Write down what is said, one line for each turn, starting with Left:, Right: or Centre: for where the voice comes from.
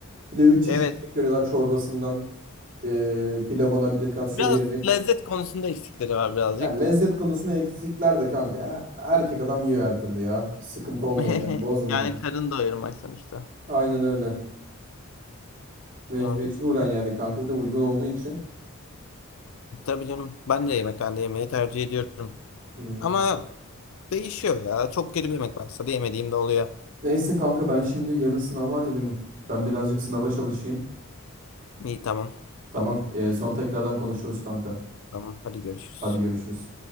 Right: Bir de üç çeşit
Left: evet.
Right: yemek veriyorlar çorbasından e, pilavına bir de kan sulu
Left: Biraz
Right: yemek.
Left: lezzet konusunda eksikleri var birazcık.
Right: Yani lezzet konusunda eksikler de kanka. E, Erkek adam yiyor her türlü ya. Sıkıntı olmuyor
Left: <laughs>
Right: yani bozmuyor.
Left: Yani karın doyurmak sonuçta.
Right: Aynen öyle. Mec
Left: Yani
Right: mecburen yani kanka bir de uygun olduğu için.
Left: tabii canım. Ben de yemekhanede yemeği tercih ediyorum.
Right: Hmm.
Left: Ama değişiyor ya. Çok kötü bir yemek varsa da yemediğim de oluyor.
Right: Neyse kanka ben şimdi yarın sınav var ya benim. Ben birazcık sınava çalışayım.
Left: İyi tamam.
Right: Tamam.
Left: Tamam.
Right: E, son tekrardan konuşuruz kanka.
Left: Tamam. Hadi görüşürüz.
Right: Hadi görüşürüz.